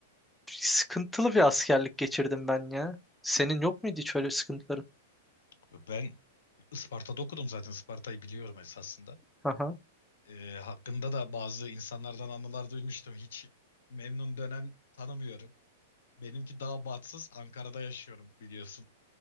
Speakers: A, in the centre; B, on the left.
A: Sıkıntılı bir askerlik geçirdim ben ya. Senin yok muydu hiç öyle sıkıntıların?
B: Ben Isparta'da okudum zaten. Isparta'yı biliyorum esasında.
A: Aha.
B: Ee, hakkında da bazı insanlardan anılar duymuştum. Hiç memnun dönen tanımıyorum. Benimki daha batsız. Ankara'da yaşıyorum biliyorsun.